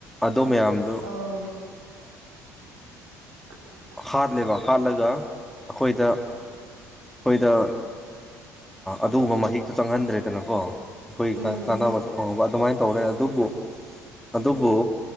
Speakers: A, in the centre; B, on the right.
A: ꯑꯗꯨ ꯃꯌꯥꯝꯗꯨꯣ
B: ꯑꯧ <unintelligible>
A: ꯍꯥꯠꯂꯦꯕ ꯍꯥꯠꯂꯒ ꯑꯩꯈꯣꯏꯗ ꯑꯩꯈꯣꯏꯗ ꯑꯗꯨꯒꯨꯝꯕ ꯃꯍꯤꯛꯇꯣ ꯆꯪꯍꯟꯗ꯭ꯔꯦꯗꯅꯀꯣ ꯑꯩꯈꯣꯏꯒꯤ
B: ꯎꯝ
A: ꯀꯥꯟꯅꯕꯁꯨ ꯐꯪꯍꯧꯕ ꯑꯗꯨꯃꯥꯏꯅ ꯇꯧꯔꯦ ꯑꯗꯨꯕꯨ ꯑꯗꯨꯕꯨ